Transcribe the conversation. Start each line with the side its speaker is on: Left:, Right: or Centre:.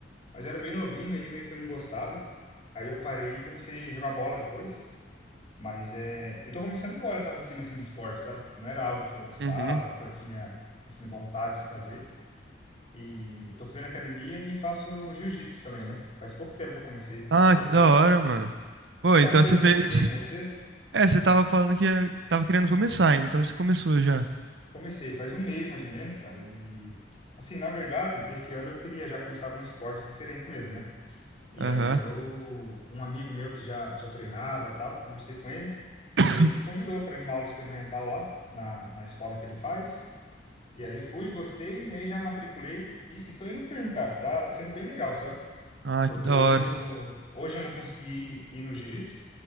Left: Mas eu era bem novinho, aí meio que eu não gostava. Aí eu parei e comecei a jogar bola depois. Mas é, eu tô começando agora essa rotina, assim, de esporte, sabe? Não era algo que eu gostava,
Right: Uhum.
Left: que eu tinha, assim, vontade de fazer. E tô fazendo academia e faço jiu-jitsu também, né? Faz pouco tempo que eu comecei,
Right: Ah,
Left: vai fazer
Right: que
Left: um
Right: da
Left: mês.
Right: hora, mano. Pô, então
Left: É, Eu não sei
Right: você
Left: se eu
Right: fez.
Left: comentei com você.
Right: É, você tava falando que eh, tava querendo começar, então você começou já.
Left: Comecei faz um mês mais ou menos, cara. E assim, na verdade, esse ano eu queria já começar algum esporte diferente mesmo, né? E
Right: Aham.
Left: aí eu, um amigo meu que já já treinava, tal, conversei com ele,
Right: <coughs>
Left: e aí ele me convidou para ir numa aula experimental lá na, na escola que ele faz. E aí fui, gostei, e aí já matriculei e, e tô indo firme, cara. Tá tá sendo bem legal, sabe?
Right: Ah,
Left: Eu
Right: que da
Left: tô indo,
Right: hora.
Left: hoje eu não consegui ir, ir no jiu-jitsu,